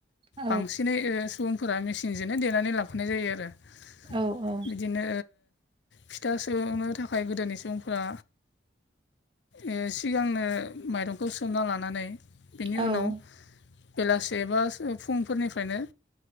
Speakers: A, on the right (about 25°); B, on the left (about 75°).
A: औ
B: बांसिन नै ओ सुबुंफोरा मेसिनजोंनो देनानै लाखानाय जायो आरो। बिदिनो
A: औ औ
B: फिथा सौनो थाखाय गोदोनि सुबुंफोरा ओ सिगांनो माइरंखौ सोमना लानानै बेनि
A: औ
B: उनाव बेलासे बा फुंफोरनिफ्रायनो